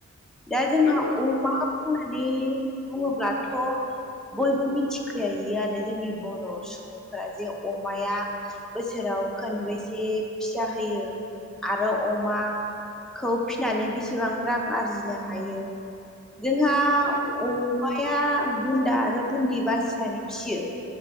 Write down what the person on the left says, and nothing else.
नंगौ
नंगौ नंगौ